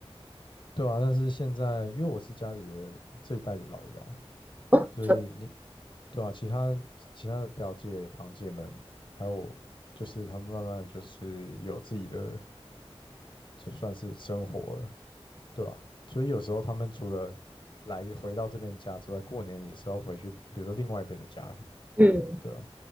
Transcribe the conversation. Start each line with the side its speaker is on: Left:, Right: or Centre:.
Left: 对啊。但是现在因为我是家里的这一代的老幺，
Right: 哦。
Left: 所以你
Right: 真的
Left: 对啊，其他其他的表姐堂姐们，还有就是他们慢慢的就是有自己的，就算是生活了，对吧？所以有时候他们除了来回到这边家之外，过年也是要回去，比如说另外一边的家的，
Right: 嗯
Left: 对啊。